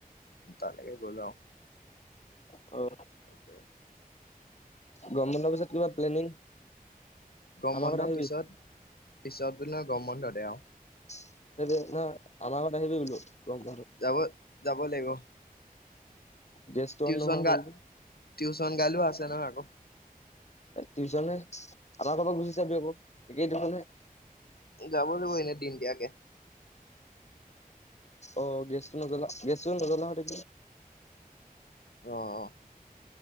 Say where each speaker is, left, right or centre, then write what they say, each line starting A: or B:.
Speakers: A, on the left (about 85°); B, on the left (about 45°).
A: তালেকে গ'ল অ।
B: অ',
A: তাকে।
B: গৰম বন্ধ পিছত কিবা প্লেনিং।
A: গৰম
B: আমাৰ
A: বন্ধ
B: ঘৰত আহিবি
A: পিছত, পিছত পিনৰ গৰম বন্ধতে আৰু।
B: স না আমাৰ ঘৰত আহিবি বোলো। গৰম বন্ধত
A: যাব, যাব লাগিব।
B: গেছটো
A: টিউচন
B: অন নোহোৱা
A: গা
B: হ'ল যে
A: টিউচন গালো আছে নহয় আকৌ।
B: টিউচনহে, আমাৰ ঘৰৰ পৰা গুচি যাবি আকৌ একেই টিউচনহে।
A: যাব লাগিব এনে দিন দিয়াকে।
B: অ, গেছটো নজলাওঁ, গেছ নাজলাওতে
A: অ, অ।